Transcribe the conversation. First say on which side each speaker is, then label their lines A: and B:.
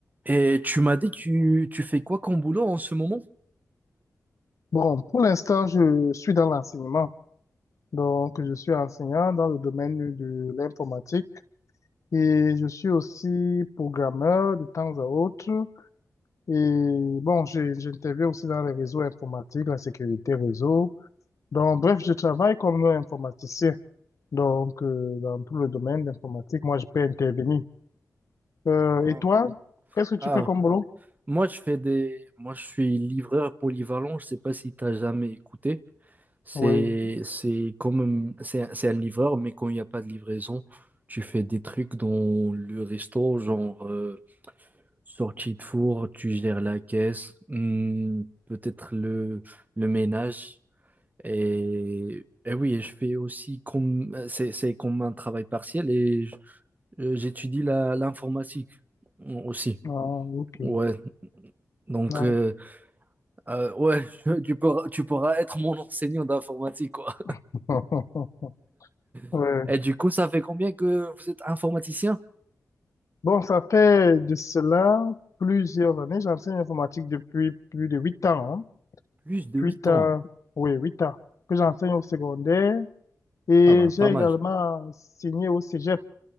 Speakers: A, on the right; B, on the left.
A: Et tu m'as dit, tu, tu fais quoi comme boulot en ce moment?
B: Bon, pour l'instant, je suis dans l'enseignement. Donc, je suis enseignant dans le domaine de l'informatique et je suis aussi programmeur de temps à autre. Et bon, je- j'interviens aussi dans les réseaux informatiques, la sécurité réseau. Donc, bref, je travaille comme informaticien. Donc, euh, dans tout le domaine d'informatique, moi, je peux intervenir. Euh,
A: Ah,
B: et toi, qu'est-ce que tu
A: Ah,
B: fais comme boulot?
A: moi, je fais des, moi, je suis livreur polyvalent. Je sais pas si tu as jamais écouté. C'est,
B: Oui,
A: c'est comme, c'est, c'est un livreur, mais quand il n'y a pas de livraison, tu fais des trucs dans le resto, genre euh, sortie de four, tu gères la caisse, hum, peut-être le, le ménage. Et, et oui, je fais aussi comme, c'est, c'est comme un travail partiel et Euh, j'étudie la, l'informatique au- aussi.
B: ah, ok.
A: Ouais, donc,
B: Ah.
A: euh, euh, ouais, <laughs> tu pourras, tu pourras être mon enseignant d'informatique, quoi.
B: <laughs> Ouais.
A: <laughs> Et du coup, ça fait combien que vous êtes informaticien?
B: Bon, ça fait de cela plusieurs années. J'enseigne l'informatique depuis plus de huit ans. hein.
A: Plus de huit
B: Huit ans,
A: ans.
B: oui, huit ans que j'enseigne au secondaire. Et
A: Ah bah,
B: j'ai
A: pas mal.
B: également enseigné au Cégep,